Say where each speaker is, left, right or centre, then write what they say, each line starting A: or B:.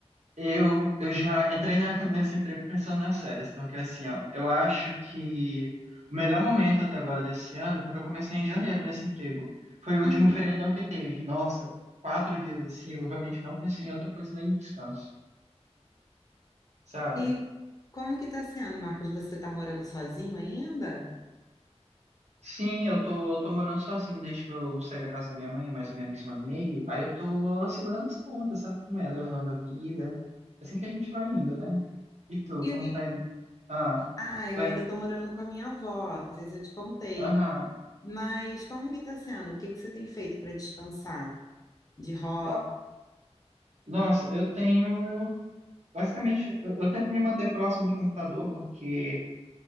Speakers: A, on the right; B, on the left.
A: eu eu já entrei na- <laughs> nesse emprego pensando nas séries, porque assim, ó, eu acho que o melhor momento até agora desse ano, porque eu comecei em janeiro nesse emprego, foi o último
B: Uhum.
A: feriadão que teve. Nossa, quatro dias assim, eu realmente não pensei em outra coisa além de descanso. sabe?
B: E como que tá sendo, Marcos? Você tá morando sozinho ainda?
A: Sim, eu tô, tô morando sozinho desde que eu saí da casa da minha mãe, há mais ou menos um ano e meio. Aí eu tô segurando as pontas, sabe como é? Levando a vida. É Assim que a gente vai indo, né? E tu,
B: E
A: como
B: o que...
A: tá indo? Ah,
B: Ah, eu
A: vai.
B: ainda tô morando com a minha avó, não sei se eu te contei.
A: Aham.
B: Mas como que tá sendo? O que que você tem feito para descansar? De hobby?
A: No- Nossa, eu tenho. Basicamente, eu, eu tento me manter próximo do computador, porque.